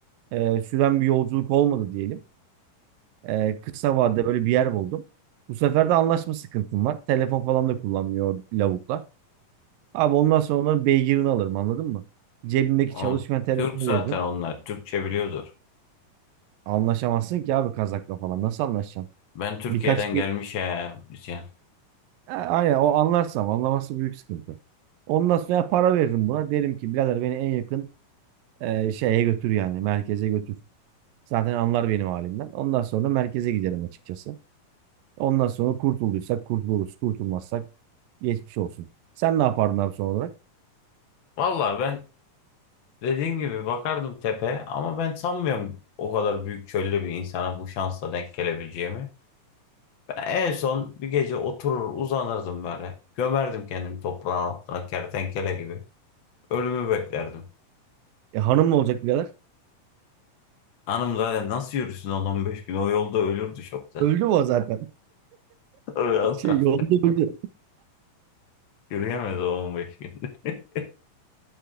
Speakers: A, on the right; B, on the left.
A: e, süren bir yolculuk olmadı diyelim. E, kısa vadede böyle bir yer buldum. Bu sefer de anlaşma sıkıntım var. Telefon falan da kullanmıyor lavuklar. Abi ondan sonra onların beygirini alırım anladın mı? Cebimdeki
B: O,
A: çalışmayan telefonu
B: Türk zaten
A: veririm.
B: onlar. Türkçe biliyordur.
A: Anlaşamazsın ki abi Kazak'la falan. Nasıl anlaşacaksın?
B: Ben Türkiye'den
A: Birkaç kez...
B: gelmiş ya diyeceksin.
A: Ha, Aynen o anlarsam anlaması büyük sıkıntı. Ondan sonra ya para veririm buna. Derim ki birader beni en yakın e, şeye götür yani. Merkeze götür. Zaten anlar benim halimden. Ondan sonra merkeze giderim açıkçası. Ondan sonra kurtulduysak kurtuluruz. Kurtulmazsak geçmiş olsun. Sen ne yapardın abi son olarak?
B: Valla ben dediğin gibi bakardım tepe ama ben sanmıyorum o kadar büyük çölde bir insana bu şansla denk gelebileceğimi. Ben en son bir gece oturur uzanırdım böyle. Gömerdim kendimi toprağın altına kertenkele gibi. Ölümü beklerdim.
A: E, hanımla olacak birader.
B: Hanım zaten nasıl yürüsün on on beş gün? O yolda ölürdü şokta.
A: Öldü mü o zaten? <laughs>
B: <laughs> Öyle adam
A: Şey yolda öldü.
B: Yürüyemez o 15 gün. <laughs>